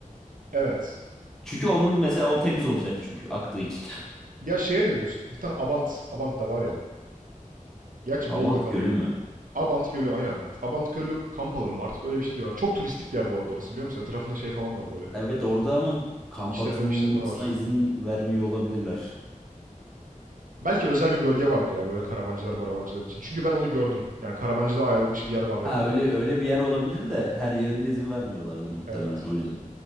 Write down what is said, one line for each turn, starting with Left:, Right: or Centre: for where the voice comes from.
Right: Evet.
Centre: Çünkü onun mesela o temiz olacak çünkü aktığı için.
Right: Ya şeye ne diyorsun? Bir tane Abant, Abant da var ya. Gerçi
Centre: <laughs> Abant
Right: Bolu'da kalıyor.
Centre: Gölü mü?
Right: Abant Gölü aynen. Abant Gölü kamp alanı mı? Artık öyle bir şey diyorlar. Çok turistik bir yer bu arada orası biliyor musun? Etrafında şey falan var böyle.
Centre: Evet orada ama kamp
Right: İşletme
Centre: atılmasına
Right: bir işletme var.
Centre: izin vermiyor olabilirler.
Right: Belki özel bir bölge vardı ya böyle karavancılar maravancılar için. Çünkü ben onu gördüm. Yani karavancıda ayrılmış bir yer vardı.
Centre: Ha öyle öyle bir yer olabilir de her yerinde izin vermiyorlardır muhtemelen
Right: Evet.
Centre: o yüzden.